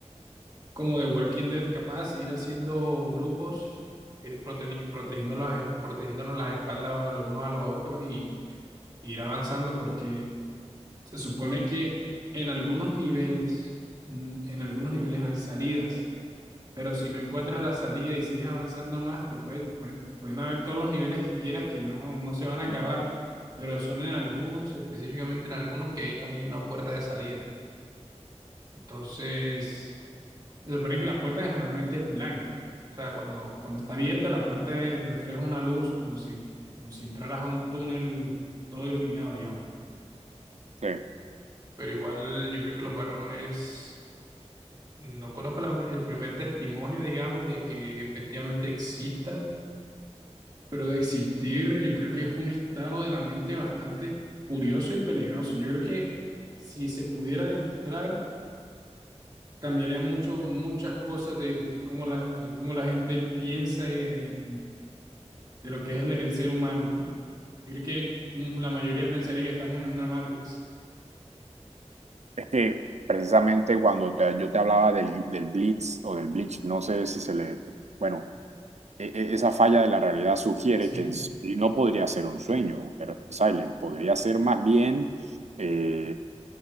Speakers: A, on the right; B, on the right.
A: como de Walking Dead, capaz, ir haciendo grupos, ir proteni- protegiendo las, protegiéndonos las espaldas los unos a los otros y ir avanzando porque Se supone que en algunos niveles, mm, en algunos niveles hay salidas, pero si no encuentras la salida y sigues avanzando más, te puede, puede- pueden haber todos los niveles que quieras que no, no se van a acabar, pero son en algunos, específicamente en algunos que hay, hay una puerta de salida. Entonces, se supone que la puerta generalmente es blanca. O sea, cuando, cuando está abierta, la puerta refleja una luz como si, como si entraras a un túnel todo iluminado, digamos.
B: sí.
A: Pero igual yo creo que los barrones No conozco la- el primer testimonio, digamos, de que efectivamente existan, pero de existir yo creo que es un estado de la mente bastante curioso y peligroso. Yo creo que si se pudiera demostrar, cambiaría mucho, muchas cosas de, de cómo la, que- cómo la gente piensa eh, de, de lo que es el, el ser humano, ¿no? Yo creo que mm, la mayoría pensaría que estamos en una Matrix.
B: es que precisamente cuando te, yo te hablaba del, del blitz o del bleach, no sé si se le... Bueno, e, e, esa falla de la realidad sugiere
A: Sí,
B: que no podría ser un sueño, eh, Silent, podría ser más bien eh,